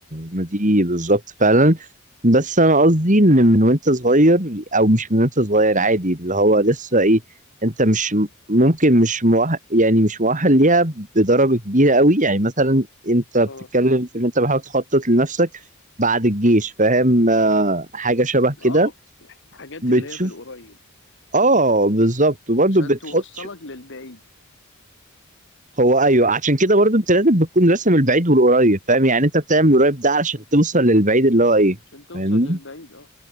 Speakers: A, on the right (about 35°); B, on the left (about 55°).
A: ما دي بالظبط فعلا بس انا قصدي ان من وانت صغير او مش من وانت صغير عادي اللي هو لسه ايه انت مش ممكن مش مؤهل يعني مش مؤهل ليها بدرجة كبيرة قوي يعني مثلا انت بتتكلم
B: اه
A: في ان انت بحاول تخطط لنفسك بعد الجيش فاهم آه، حاجة شبه
B: اه
A: كده
B: حاجات
A: بتشوف
B: اللي هي في القريب
A: اه بالظبط وبرضه
B: عشان
A: بتحط
B: توصلك للبعيد
A: هو ايوه عشان كده برضو انت لازم بتكون راسم البعيد والقريب فاهم يعني انت بتعمل القريب ده علشان توصل للبعيد اللي هو ايه
B: عشان توصل
A: فاهمني
B: للبعيد اه